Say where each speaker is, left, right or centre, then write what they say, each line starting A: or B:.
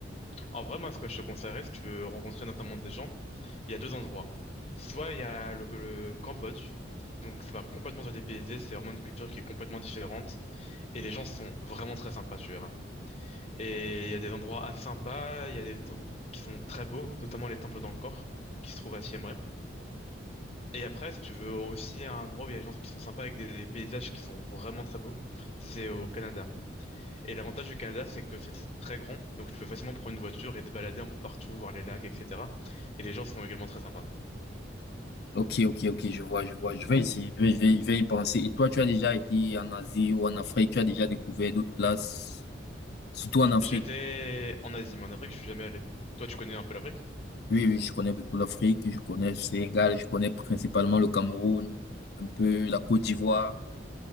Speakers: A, on the left; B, on the left.
A: en vrai, moi, ce que je te conseillerais, si tu veux rencontrer notamment des gens, il y a deux endroits. Soit il y a le, le Cambodge, donc ça va complètement se dépayser, c'est vraiment une culture qui est complètement différente. Et les gens sont vraiment très sympas, tu verras. Et il y a des endroits assez sympas, il y a des temples qui sont très beaux, notamment les temples d'Angkor, qui se trouvent à Siem Reap. Et après, si tu veux aussi un endroit où il y a des gens qui sont sympas avec des, des paysages qui sont vraiment très beaux, c'est au Canada. Et l'avantage du Canada, c'est que c'est très grand, donc tu peux facilement prendre une voiture et te balader un peu partout, voir les lacs, etc. Et les gens sont également très sympas.
B: Ok, ok, ok, je vois, je vois. Je vais essayer, je vais, je vais, je vais y penser. Et toi, tu as déjà été en Asie ou en Afrique, tu as déjà découvert d'autres places, surtout en Afrique.
A: J'étais en Asie, mais en Afrique, je suis jamais allé. Toi, tu connais un peu l'Afrique?
B: Oui, oui, je connais beaucoup l'Afrique, je connais le Sénégal, je connais principalement le Cameroun, un peu la Côte d'Ivoire.